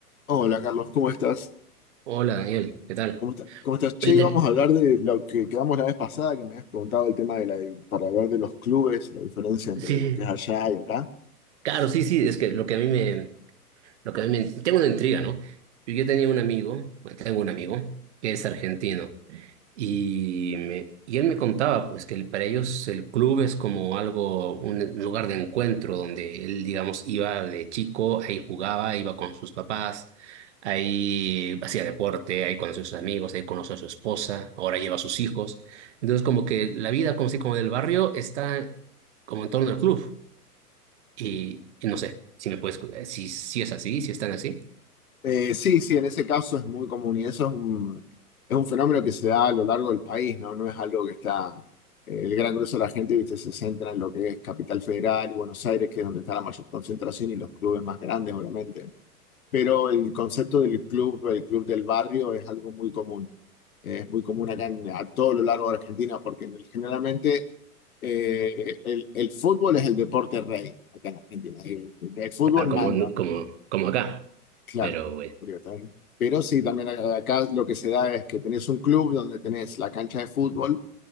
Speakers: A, on the left (about 65°); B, on the right (about 45°).
A: Hola Carlos, ¿cómo estás?
B: Hola Daniel, ¿qué tal?
A: ¿Cómo está- cómo estás? Che,
B: Oye, te-
A: íbamos a hablar de lo que quedamos la vez pasada, que me habías preguntado el tema de la, para hablar de los clubes, la diferencia entre
B: sí,
A: lo
B: sí,
A: que es allá y acá.
B: claro, sí, sí, es que lo que a mí me, lo que a mí me, tengo una intriga, ¿no? Yo tenía un amigo, bueno, tengo un amigo que es argentino Y, me- y él me contaba, pues, que el- para ellos el club es como algo, un lugar de encuentro donde él, digamos, iba de chico, ahí jugaba, iba con sus papás, ahí hacía deporte, ahí conoció a sus amigos, ahí conoció a su esposa, ahora lleva a sus hijos. Entonces, como que la vida, como si como del barrio, está como en torno al club. Y, y no sé si me puedes, cu- si, si es así, si están así.
A: Eh, sí, sí, en ese caso es muy común y eso es un, es un fenómeno que se da a lo largo del país, ¿no? No es algo que está, eh, el gran grueso de la gente, viste, se centra en lo que es Capital Federal y Buenos Aires, que es donde está la mayor concentración y los clubes más grandes, obviamente. Pero el concepto del club, el club del barrio, es algo muy común. Es muy común acá en- a todo lo largo de Argentina, porque en el- generalmente eh, el, el fútbol es el deporte rey acá en Argentina. El, el fútbol
B: Claro, como,
A: manda,
B: como, como acá.
A: claro.
B: Pero, bueno.
A: porque también- Pero sí, también acá lo que se da es que tenés un club donde tenés la cancha de fútbol